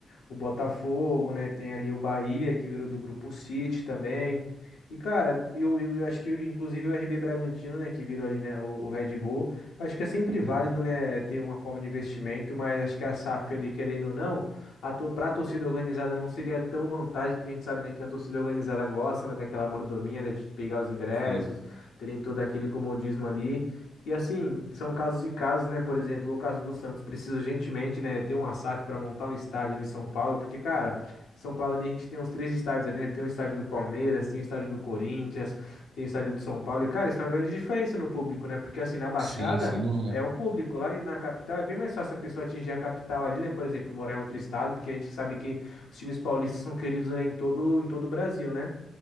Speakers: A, on the left; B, on the right.
A: o Botafogo, né? Tem ali o Bahia, que virou do grupo City também. E, cara, eu, eu, eu acho que inclusive o RB Bragantino, né, que virou ali, né, o, o Red Bull. Eu Acho que é sempre
B: Hum,
A: válido, né, ter uma forma de investimento, mas acho que a SAF ali, querendo ou não, a to pra torcida organizada não seria tão vantagem, porque a gente sabe, né, que a torcida organizada gosta, né, daquela mordomia, né, de pegar os ingressos,
B: Sim,
A: terem todo aquele comodismo ali. E assim, são casos e casos, né? Por exemplo, o caso do Santos precisa urgentemente, né, ter uma SAF para montar um estádio ali em São Paulo, porque, cara, São Paulo ali a gente tem uns três estádios ali, né? Tem o estádio do Palmeiras, tem o estádio do Corinthians, tem o estádio do São Paulo. E, cara, isso é uma grande diferença no público, né? Porque assim, na Baixada
B: sim, sem dúvida.
A: é um público, lá na capital é bem mais fácil a pessoa atingir a capital ali, né? Por exemplo, morar em outro estado, porque a gente sabe que os times paulistas são queridos, né, em todo, em todo o Brasil, né?